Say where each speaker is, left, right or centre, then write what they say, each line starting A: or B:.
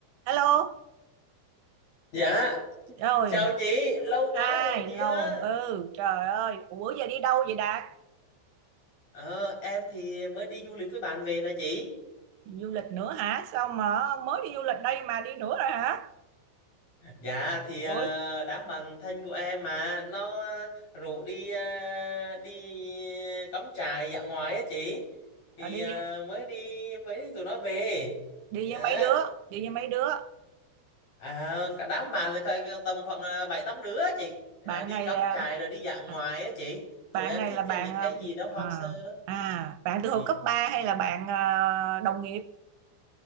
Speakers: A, on the right; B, on the left.
A: Hello,
B: Dạ,
A: rồi,
B: chào chị, lâu
A: hai
B: quá rồi chị
A: lâu,
B: ha.
A: ừ, trời ơi, Ủa, bữa giờ đi đâu vậy Đạt?
B: Ờ, em thì mới đi du lịch với bạn về nè chị.
A: Du lịch nữa hả? Sao mà mới đi du lịch đây mà đi nữa rồi hả?
B: Dạ thì à,
A: Ủa,
B: đám bạn thân của em mà nó à, rủ đi à, đi cắm trại dã ngoại á chị. Thì
A: à, đi
B: à, mới đi với tụi nó về.
A: đi
B: Dạ.
A: với mấy đứa, đi với mấy đứa.
B: À, cả đám bạn thì cả- cả tầm khoảng à, bảy tám đứa á chị. À,
A: Bạn
B: đi
A: này,
B: cắm
A: à,
B: trại rồi đi dã ngoại
A: à,
B: á chị.
A: bạn
B: Tụi em
A: này
B: thích
A: là bạn,
B: những
A: à,
B: cái gì đó hoang
A: à,
B: sơ.
A: à, bạn từ
B: Ừ.
A: hồi cấp 3 hay là bạn à, đồng nghiệp?